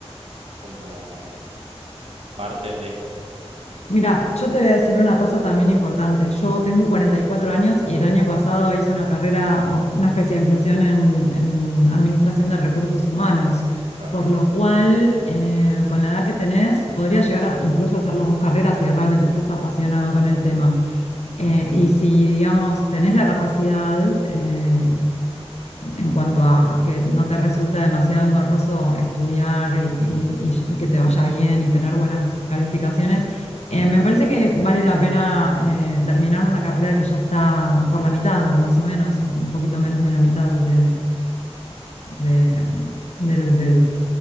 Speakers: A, on the right; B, on the left.
A: como parte de.
B: Mira, yo te voy a decir una cosa también importante. Yo tengo 44 años y el año pasado hice una carrera o una especialización en, en administración de recursos humanos,
A: Claro,
B: por lo cual eh, con la edad que tenés podrías llegar a incluso hacer las dos carreras si realmente estás apasionado con el tema. Eh, y si, digamos, tenés la capacidad, eh, en cuanto a que no te resulta demasiado engorroso estudiar y, y- y- y que te vaya bien y tener buenas calificaciones. Eh, me parece que vale la pena eh, terminar una carrera que ya está por la mitad, más o menos, un un poquito menos de la mitad de, de, del, del